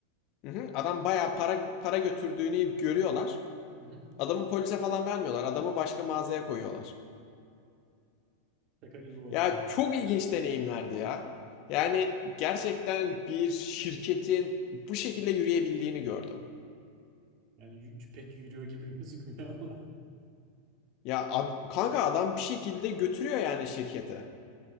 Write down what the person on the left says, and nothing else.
Hı hı, adam bayağı para para götürdüğünü görüyorlar.
Adamı polise falan vermiyorlar. Adamı başka mağazaya koyuyorlar.
Ya
çok ilginç deneyimlerdi ya. Yani gerçekten bir şirketin bu şekilde yürüyebildiğini gördüm.
Ya ad- kanka adam bir şekilde götürüyor yani şirketi.